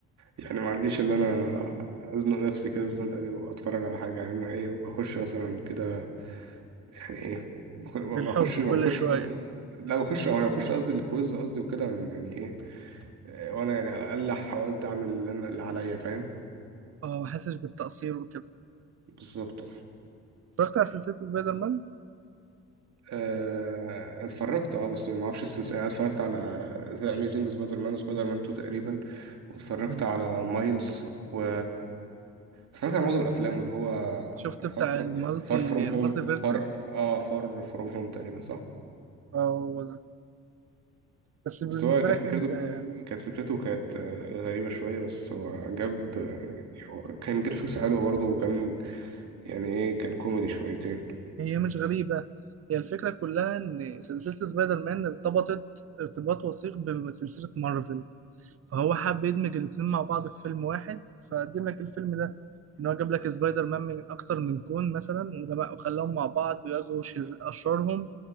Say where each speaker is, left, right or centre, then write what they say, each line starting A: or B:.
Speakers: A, on the right; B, on the right.
A: يعني ما عنديش اللي انا ازنق نفسي كده الزنقه دي واتفرج على حاجه يعني انا ايه بخش مثلا كده يعني ايه بخ- ما
B: بالحب
A: بخش ما
B: كل
A: بخش
B: شوية
A: لا بخش او انا بخش قصدي الكويز قصدي وكده يعني ايه وانا يعني على الاقل حاولت اعمل اللي انا اللي عليا فاهم
B: اه ما حسش بالتقصير وكده
A: بالظبط
B: اتفرجت على سلسلة سبايدر مان
A: آه، أنا اتفرجت اه بس ما اعرفش السلسله انا اتفرجت على ذا اميزنج سبايدر مان وسبايدر مان 2 تقريبا واتفرجت
B: مم.
A: على مايلز و اتفرجت على معظم الافلام اللي هو
B: شفت
A: فار
B: بتاع
A: فروم
B: المالتي
A: فار فروم هوم
B: المالتي فيرسز
A: فار اه فار فروم هوم تقريبا صح
B: اه هو ده بس بالنسبة
A: بس هو كانت
B: لك
A: فكرته
B: انت يعني
A: كانت فكرته كانت آه، غريبة شوية بس هو جاب آه، هو كان جرافيكس حلو برضه وكان يعني ايه كان كوميدي شويتين
B: هي مش غريبة هي الفكرة كلها ان سلسلة سبايدر مان ارتبطت ارتباط وثيق بسلسلة مارفل فهو حب يدمج الاتنين مع بعض في فيلم واحد فقدم لك الفيلم ده ان هو جاب لك سبايدر مان من اكتر من كون مثلا وجمع- وخلاهم مع بعض بيواجهوا شر اشرارهم